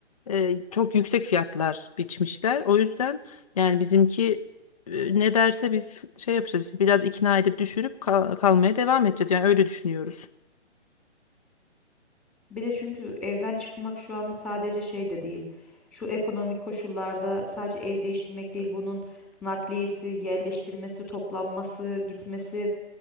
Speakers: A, on the left (about 30°); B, in the centre.
A: e, çok yüksek fiyatlar biçmişler. O yüzden yani bizimki e, ne derse biz şey yapacağız. Biraz ikna edip düşürüp kal- kalmaya devam edeceğiz. Yani öyle düşünüyoruz.
B: Bir de çünkü evden çıkmak şu an sadece şey de değil. Şu ekonomik koşullarda sadece ev değiştirmek değil bunun nakliyesi, yerleştirmesi, toplanması, gitmesi